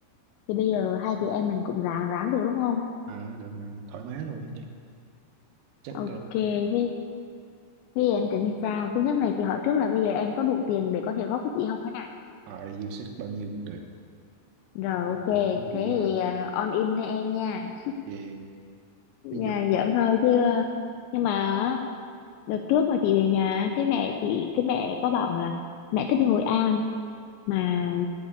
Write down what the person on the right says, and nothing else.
À được mà thoải mái luôn á chị. Chắc
uh, dư sức bao nhiêu cũng được.
Rồi,
Ví
dụ
là
về- ví dụ